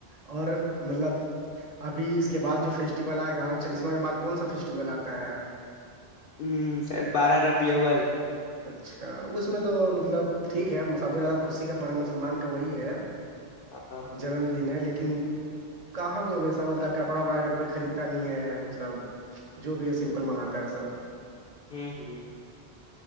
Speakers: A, on the right; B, on the left.
A: اور مطلب ابھی اس کے بعد جو فیسٹیول آئے‌ گا چریسمہ کے بعد کون سا فیسٹیول آتا ہے
B: ہوں شاید بارہ ربیع الاول
A: اچھا اس میں تو مطلب ٹھیک ہے سب سے زیادہ خوشی کا پرم مسلمان کا وہی ہے
B: ہاں
A: جنم دن ہے لیکن کہاں کوئی ویسا مطلب کپڑا وپڑا کوئی خریدتا نہیں ہے مطلب جو بھی ہے سمپل مناتا ہے سب
B: ہوں